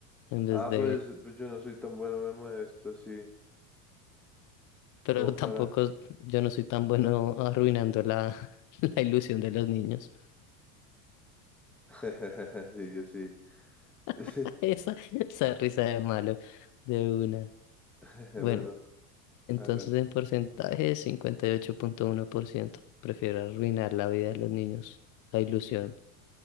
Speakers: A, on the left; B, in the centre.
A: en vez
B: Ah,
A: de...
B: pues, pues yo no soy tan bueno de maestro, sí,
A: Pero
B: como para...
A: tampoco, yo no soy tan bueno arruinando la, <laughs> la ilusión de los niños.
B: <laughs> Sí, yo sí. Sí.
A: <laughs> Esa, esa risa de malo, de una.
B: <laughs>
A: Bueno,
B: Bueno,
A: entonces
B: hágale.
A: en porcentaje 58.1%. Prefiero arruinar la vida de los niños, la ilusión.